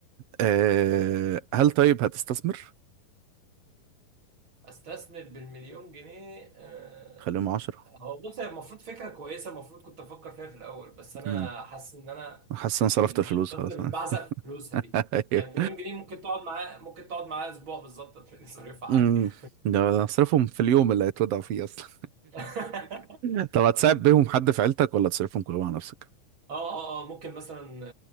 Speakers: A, on the right; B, on the right.
A: أه هل طيب هتستثمر
B: استثمر بالمليون جنيه آه،
A: خليهم عشرة
B: هو بص هي المفروض فكره كويسه المفروض كنت افكر فيها في الاول بس انا
A: امم
B: حاسس ان انا
A: حاسس ان أنا صرفت
B: من
A: الفلوس
B: الشخصيات
A: خلاص
B: اللي بتبعزق فلوسها
A: <laughs>
B: دي
A: ايوه
B: يعني مليون جنيه ممكن تقعد معاه ممكن تقعد معاه اسبوع بالظبط هتلاقي صريفها عادي
A: امم
B: <laughs>
A: ده اصرفهم في اليوم اللي هيتوضعوا فيه اصلا
B: اه
A: <laughs> طب هتساعد بيهم حد في عيلتك ولا تصرفهم كلهم على نفسك؟
B: اه اه ممكن مثلا